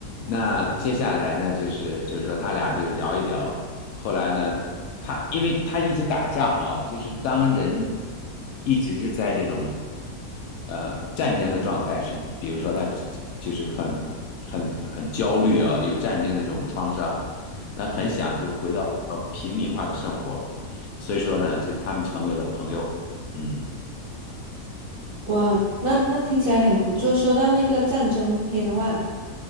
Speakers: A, on the left; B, on the right.
A: 那接下来呢，就是就是说他俩就聊一聊。后来呢，他因为他一直打仗啊，就是当人一直是在这种呃战争的状态，是比如说他就是很很很焦虑啊，有战争的这种创伤，那很想就回到平民化的生活，所以说呢，就他们成为了朋友。嗯，
B: 哇，那那听起来很不错。说到那个战争片的话，